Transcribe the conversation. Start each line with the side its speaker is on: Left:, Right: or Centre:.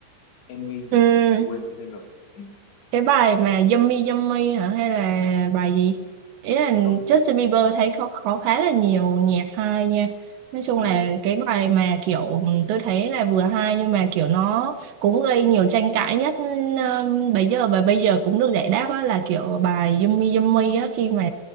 Left: Em MV gì
Right: Ừ.
Left: nhỉ tôi quên mất tên rồi ừ,
Right: cái bài mà Yummy Yummy hả hay là bài gì ý là
Left: không
Right: Justin Bieber thấy có có khá là nhiều nhạc hay nha nói chung
Left: ừ
Right: là cái bài mà kiểu ừm, tôi thấy là vừa hay nhưng mà kiểu nó cũng gây nhiều tranh cãi nhất ừm, bây giờ và bây giờ cũng được giải đáp á, là kiểu bài Yummy Yummy á khi mà